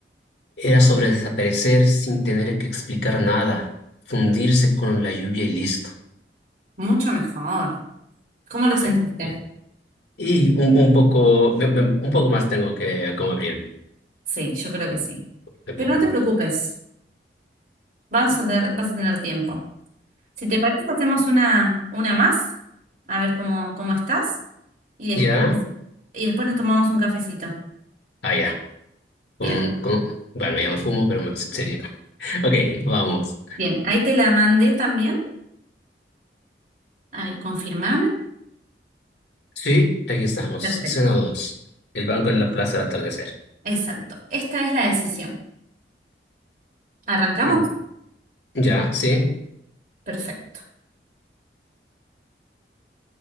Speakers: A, on the left; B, on the right.
A: Era sobre desaparecer sin tener que explicar nada. Fundirse con la lluvia y listo.
B: mucho mejor. ¿Cómo lo sentiste?
A: Ah, ok. Y un, un poco, me- me- un poco más tengo que como abrirme.
B: Sí, yo creo que sí.
A: Ujú.
B: Pero no te preocupes, vas a tener, vas a tener tiempo. Si te parece, hacemos una, una más, a ver cómo, cómo estás, y después,
A: Ya,
B: y después nos tomamos un cafecito.
A: ah, ya. Con-
B: Bien,
A: con- bueno, ya no fumo, pero me- sería. <laughs> Ok, vamos.
B: bien, ahí te la mandé también. A ver, confirmame.
A: Sí, aquí estamos.
B: Perfecto.
A: Escena dos El banco en la plaza al atardecer.
B: Exacto. Esta es la decisión. ¿Arrancamos?
A: Mm. Ya, sí,
B: Perfecto.